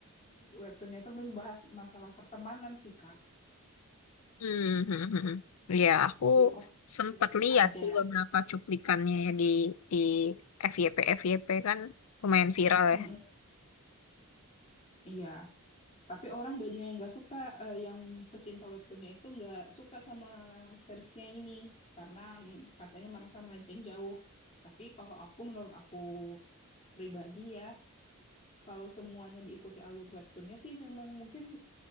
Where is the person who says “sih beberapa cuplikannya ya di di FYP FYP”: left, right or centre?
Left